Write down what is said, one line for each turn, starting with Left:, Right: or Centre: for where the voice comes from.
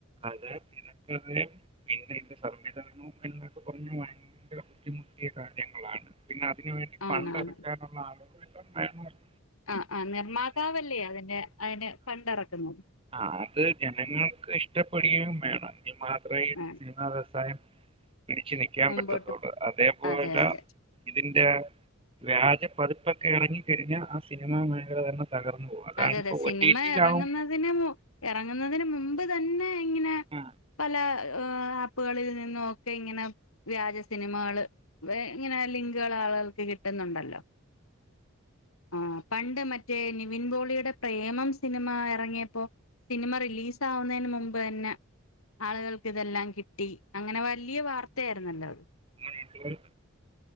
Right: ആതേ <unintelligible> പിന്നെ ഇതിന്റെ സംവിധാനവും എന്നൊക്കെ പറഞ്ഞാൽ ഭയങ്കര ബുദ്ധിമുട്ടിയ കാര്യങ്ങളാണ് പിന്നെ അതിന് വേണ്ടി ഫണ്ടെടുക്കാനുള്ള
Left: ആണാണ്
Right: ആളുകളും വേണല്ലോ
Left: ആഹ് ആ നിർമ്മാതാവല്ലേ അതിന്റെ അയിന് ഫണ്ട് എറക്കുന്നത്
Right: ആഹ് അത് ജനങ്ങൾക്ക് ഇഷ്ടപ്പെടുകയും വേണം എങ്കിൽ മാത്രേ
Left: ആ
Right: സിനിമാ വ്യവസായം പിടിച്ചു നിക്കു ക്കാൻ
Left: മുമ്പോട്ടും
Right: പറ്റത്തുള്ളു അതേപോലെ
Left: അതെ അതെ
Right: ഇതിന്റെ വ്യാജ പതിപ്പൊക്കെറങ്ങി കഴിഞ്ഞാ ആ സിനിമാ മേഖല തന്നെ തകർന്നു പോകും അതാണ്
Left: അതെ അതെ
Right: ഇപ്പോ ഓ
Left: സിനിമ
Right: റ്റിറ്റിയിലാകും
Left: ഇറങ്ങുന്നതിന് ഇറങ്ങുന്നതിന് മുമ്പ് തന്നെ ഇങ്ങനെ
Right: ആഹ്
Left: പല ആപ്പുകളിൽ നിന്നൊക്കെ ഇങ്ങനെ വ്യാജ സിനിമകള് ഇങ്ങനെ ലിങ്കുകൾ ആളുകൾക്ക് കിട്ടുന്നുണ്ടല്ലോ ആ പണ്ട് മറ്റേ വിൻ പോളിയുടെ പ്രേമം സിനിമ ഇറങ്ങിയപ്പോ സിനിമ റിലീസാവുന്നതിന് മുമ്പ് തന്നെ ആളുകൾക്ക് ഇതെല്ലാം കിട്ടി അങ്ങനെ വലിയ വാർത്തയായിരുന്നല്ലോ അത്
Right: അങ്ങന